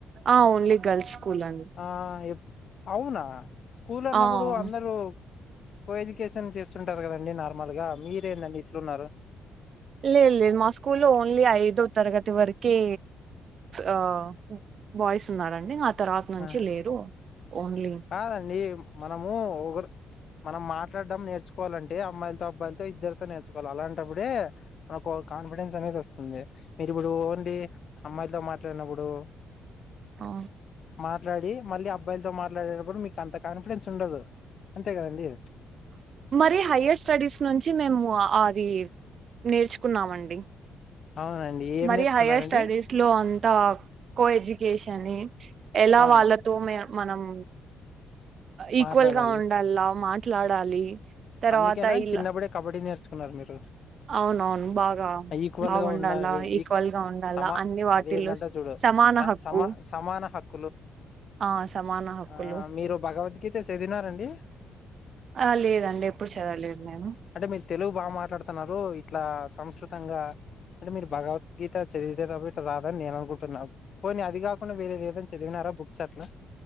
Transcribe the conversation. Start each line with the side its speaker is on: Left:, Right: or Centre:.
Right: ఆ ఓన్లీ గర్ల్స్ స్కూల్ అండి
Left: ఆ ఎప్- అవునా స్కూల్ అన్నప్పుడు
Right: ఆ!
Left: అందరు కో ఎడ్యుకేషన్ చేసు కుంటారు కదండి నార్మల్ గా మీరేందండి ఇట్లున్నారు
Right: లే లేదు మా స్కూల్లో ఓన్లీ ఐదుో తరగతి వరక్ కే ఆ బాయ్స్ ఉన్నాారండి తర్వాత నుంచి
Left: ఆ,
Right: లేరు ఓన్లీ
Left: కాదండి మనము ఒకర్ మనం మాట్లాడడం నేర్చుకోవాలంటే అమ్మాయితో అబ్బాయిలతో ఇద్దరితో నేర్చుకోవాలి అలాంటప్పుడే మనకు కాన్ఫిడెన్స్ అనేది వస్తుంది మీరు ఇప్పుడు ఓన్లీ అమ్మాయితో మాట్లాడినప్పుడు
Right: ఆ
Left: మాట్లాడి మళ్ళీ అబ్బాయిలతో మాట్లాడేటప్పుడు మీకు అంత కాన్ఫిడెన్స్ ఉండదు అంతే కదండి
Right: మరి హయర్ స్టడీస్ నుంచి మేము అది నేర్చుకున్నామండి
Left: అవునండి ఏం
Right: మరి
Left: నేర్చుకున్నారండి
Right: హైయర్ స్టడీస్ లో అంత త కోఎడ్యుకేషన్ ఏ ఎలా
Left: ఆ
Right: వాళ్ళతో మే మనం ఈక్వల్
Left: మాట్లాడాలి
Right: గా ఉండల్లా మాట్లాడాలి తర్వాత
Left: అందుకేనా
Right: ఇలా
Left: చిన్నప్పుడే కబడ్డీ నేర్చుకున్నారు మీరు
Right: అవునవును బాగా
Left: ఈక్వల్
Right: బాగుండాలా
Left: గా ఉండాలి
Right: ఈక్వల్
Left: ఈక్
Right: గా ఉండాలా
Left: సమా
Right: అన్ని వాటిల్లో
Left: అదేమంటారు చూడు
Right: సమాన
Left: స
Right: హక్కు
Left: సమా సమానహక్కు
Right: ఆ సమాన హక్కులు
Left: ఆ మీరు భగవద్గీత చదివినారాండి
Right: ఆ లేదండి ఎప్పుడు చదవలేదు నేను
Left: అంటే మీరు తెలుగు బాగా మాట్లాడుతున్నారు ఇట్లా సంస్కృతంగా అంటే మీరు భగవద్గీత చదివితేతప్ప ఇట్లా రాదని నేను అనుకుంటున్నా పోనీ అది కాకుండా వేరే ఏదన్న చదివినార్ రా బుక్స్ అట్లా